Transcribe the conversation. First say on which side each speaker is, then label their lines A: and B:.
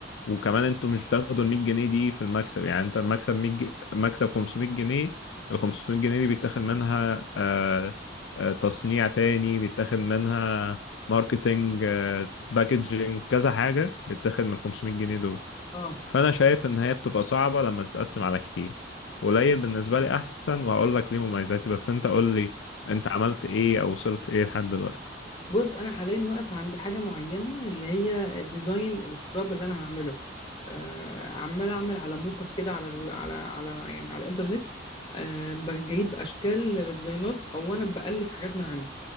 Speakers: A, on the left; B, on the left.
A: وكمان انتوا مش بتاخدوا ال 100 جنيه دي في المكسب يعني انت المكسب 100 جنيه مكسب 500 جنيه ال 500 جنيه دي بيتاخد منها آه، آه، تصنيع تاني بيتاخد منها ماركتينج آه، باكجينج كذا حاجة بيتاخد من ال 500 جنيه دول
B: اه
A: فأنا شايف إن هي بتبقى صعبة لما تتقسم على كتير قليل بالنسبة لي أحسن وهقول لك ليه مميزاتي بس أنت قول لي أنت عملت إيه أو وصلت إيه لحد دلوقتي
B: بص انا حاليا واقف عند حاجه معينه اللي هي ديزاين السكراب اللي انا هعمله آه عمال اعمل على موك اب كده على الو... على على يعني على الانترنت آه ب- جايب اشكال للديزاينات او انا بألف حاجات من عندي